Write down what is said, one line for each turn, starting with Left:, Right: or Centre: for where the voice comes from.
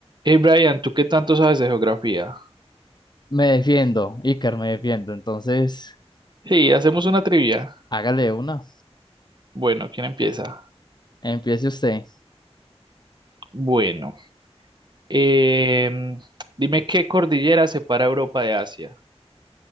Right: Hey Brian, ¿tú qué tanto sabes de geografía?
Left: Me defiendo, Iker, me defiendo. Entonces,
Right: Sí, hacemos una trivia.
Left: hágale una.
Right: Bueno, ¿quién empieza?
Left: Empiece usted.
Right: Bueno, em, dime qué cordillera separa Europa de Asia.